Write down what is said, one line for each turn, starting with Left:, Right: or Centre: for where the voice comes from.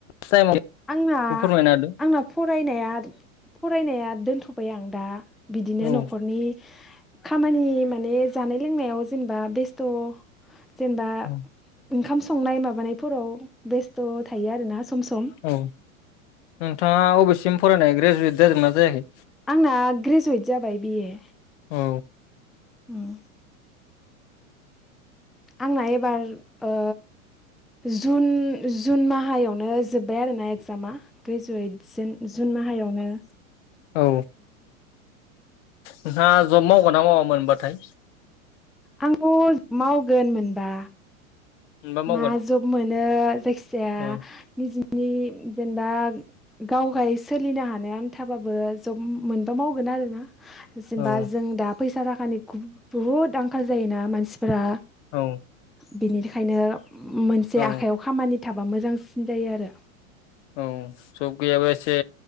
Left: टाइमाव
Centre: आंना
Left: बेखौ फोरमायना होदो
Centre: आंना फरायनाया फरायनाया दोनथबाय आं दा बिदिनो
Left: औ
Centre: नखरनि खामानि माने जानाय लोंनायाव जेनबा बेस्थ जेनबा
Left: औ
Centre: ओंखाम संनाय माबानायफोराव बेस्थ थायो आरोना सम सम
Left: औ नोंथाङा अबेसिम फरायनाय ग्रेजुवेट जादोंना जायाखै
Centre: आंना ग्रेजुवेट जाबाय बि ए
Left: औ
Centre: उम आंना एबार ओ जुन जुन माहायावनो जोब्बाय आरोना एग्जामा ग्रेजुवेट जुन माह साहायावनो
Left: औ नोंहा जब मावगोन ना मावा मोनबाथाय
Centre: आंथ मावगोन मोनबा
Left: मोनबा मावगोन
Centre: मा जब मोनो जायखिजाया
Left: औ
Centre: निजिनि जेनबा गावगाय सोलिनो हानाय आन्थाबाबो जब मोनबा मावगोन आरोना जेनेबा
Left: औ
Centre: जों दा फैसा थाखानि बुहुद आंखाल जायोना मानसि ब्रा
Left: औ
Centre: बिनिखायनो मोनसे
Left: औ
Centre: आखायाव खामानि थाबा मोजांसिन जायो आरो
Left: औ जब गैयाबा एसे